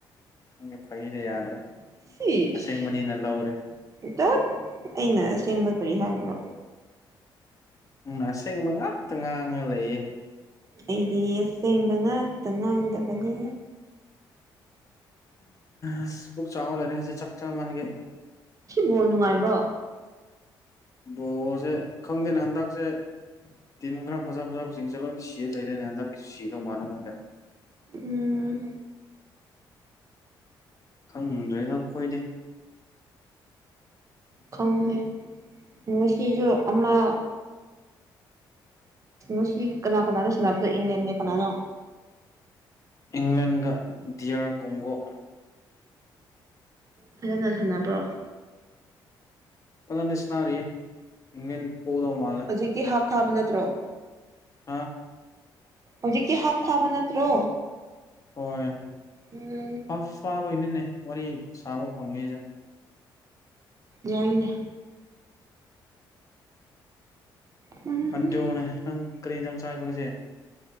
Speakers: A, on the left (about 40°); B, on the right (about 40°).
A: ꯅꯪꯒꯤ ꯐꯒꯤ ꯌꯥꯗ꯭ꯔꯦ
B: ꯁꯤꯁ
A: ꯑꯁꯦꯡꯕꯅꯤꯅ ꯂꯧꯔꯦ
B: ꯇꯠ ꯑꯩꯅ ꯑꯁꯦꯡꯕ ꯀꯔꯤ ꯍꯥꯏꯕ꯭ꯔꯣ
A: ꯅꯪꯅ ꯑꯁꯦꯡꯕ ꯉꯛꯇ ꯉꯥꯡꯉ ꯂꯩꯌꯦ
B: ꯑꯩꯗꯤ ꯑꯁꯦꯡꯕ ꯉꯥꯛꯇ ꯉꯥꯡꯗꯕꯅꯤ
A: ꯑꯁ ꯄꯨꯛ ꯆꯥꯎ ꯂꯩꯔꯦ ꯉꯁꯤ ꯆꯥꯛ ꯆꯥ ꯃꯟꯒꯤ
B: ꯕꯣꯜ ꯅꯨꯡꯉꯥꯏꯕ꯭ꯔꯣ
A: ꯕꯣꯜ ꯁꯦ ꯈꯪꯗꯦꯅ ꯍꯟꯗꯛꯁꯦ ꯇꯤꯝ ꯈ꯭ꯔ ꯐꯖꯥ ꯐꯖꯥꯁꯤꯡꯁꯦ ꯂꯣꯏꯅ ꯁꯤ ꯂꯩꯔꯦꯅꯦ ꯍꯟꯗꯛ ꯁꯤꯗꯧ ꯃꯥꯜꯂꯦ ꯈꯪꯗꯦ
B: ꯎꯝ
A: ꯈꯪꯗ꯭ꯔꯦꯗ ꯑꯩꯈꯣꯏꯗꯤ
B: ꯈꯪꯉꯨꯍꯦ ꯉꯁꯤꯁꯨ ꯑꯃ ꯉꯁꯤ ꯀꯅꯥ ꯀꯅꯥꯅꯣ ꯁꯥꯟꯅꯕꯗꯣ ꯏꯪꯂꯦꯟꯒ ꯀꯅꯥꯅꯣ
A: ꯏꯪꯂꯦꯟꯒ ꯗꯤꯌꯥꯔ ꯀꯣꯡꯒꯣ
B: ꯐꯖꯅ ꯁꯥꯟꯅꯕ꯭ꯔꯣ
A: ꯐꯖꯟꯗꯤ ꯁꯅꯥꯔꯤ ꯏꯪꯂꯦꯟ ꯄꯣꯗꯧ ꯃꯥꯂꯦ
B: ꯍꯧꯖꯤꯛꯇꯤ ꯍꯥꯞ ꯊꯥꯕ ꯅꯠꯇ꯭ꯔꯣ
A: ꯑꯥ
B: ꯍꯧꯖꯤꯛꯀꯤ ꯍꯥꯞ ꯊꯥꯕ ꯅꯠꯇ꯭ꯔꯣ
A: ꯍꯣꯏ
B: ꯎꯝ
A: ꯍꯥꯞ ꯊꯥꯕꯩꯅꯤꯅꯦ ꯋꯥꯔꯤ ꯁꯥꯕ ꯐꯪꯉꯤꯁꯦ
B: ꯌꯥꯏꯅꯦ ꯎꯝ
A: ꯃꯗꯨꯅꯦ ꯅꯪ ꯀꯔꯤ ꯏꯟꯁꯥꯡ ꯆꯥꯌꯦꯕ ꯉꯁꯤ